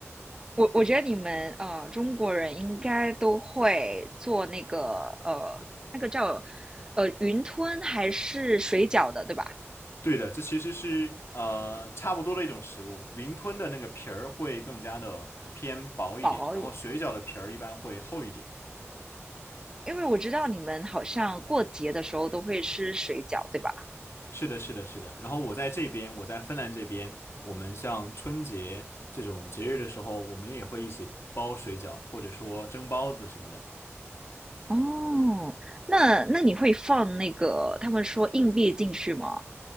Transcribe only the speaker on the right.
我我觉得你们呃中国人应该都会做那个呃那个叫呃云吞还是水饺的，对吧？
薄也，
因为我知道你们好像过节的时候都会吃水饺，对吧？
哦，那那你会放那个他们说硬币进去吗？